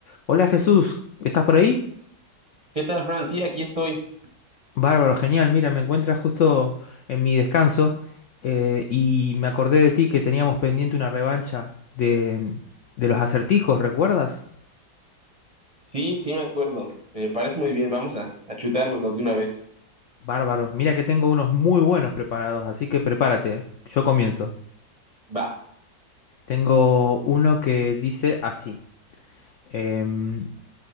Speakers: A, on the left; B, on the right.
A: Hola Jesús, ¿estás por ahí?
B: ¿Qué tal, Fran? Sí, aquí estoy.
A: Bárbaro, genial. Mira, me encuentras justo en mi descanso eh, y me acordé de ti que teníamos pendiente una revancha de, de los acertijos, ¿recuerdas?
B: Sí, sí, me acuerdo. Me parece muy bien. Vamos a, a chutárnoslos de una vez.
A: Bárbaro, mira que tengo unos muy buenos preparados, así que prepárate, eh. yo comienzo.
B: Va.
A: Tengo uno que dice así. em,